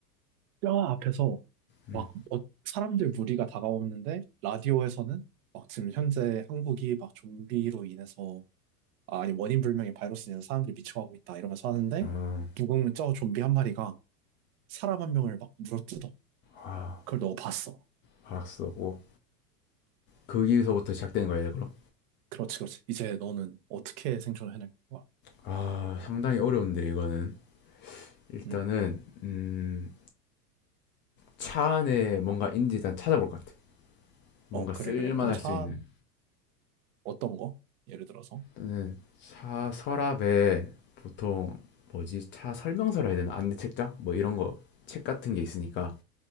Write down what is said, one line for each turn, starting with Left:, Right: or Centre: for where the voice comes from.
Right: 뼈 앞에서 막
Left: 음,
Right: 어- 사람들 무리가 다가오는데 라디오에서는 막 지금 현재 한국이 막 좀비로 인해서 아, 아니 원인 불명의 바이러스로 인해서 사람들이 미쳐가고 있다 이러면서 하는데
Left: 어,
Right: 누군가 저 좀비 한 마리가 사람 한 명을 막 물어뜯어.
Left: 아,
Right: 그걸 너가 봤어.
Left: 알았어. 고 거기서부터 시작되는 거야, 그럼?
Right: 그렇지, 그렇지. 이제 너는 어떻게 생존을 해낼 거야?
Left: 아, 상당히 어려운데 이거는. 일단은
Right: 음.
Left: 음, 차 안에 뭔가 있는지 일단 찾아볼 것 같아. 뭔가
Right: 어, 그래,
Left: 쓸만할
Right: 그래. 그럼 차
Left: 수 있는.
Right: 어떤 거? 예를 들어서.
Left: 저는 차 서랍에 보통 뭐지? 차 설명서라 해야 되나? 안내 책장? 뭐 이런 거, 책 같은 게 있으니까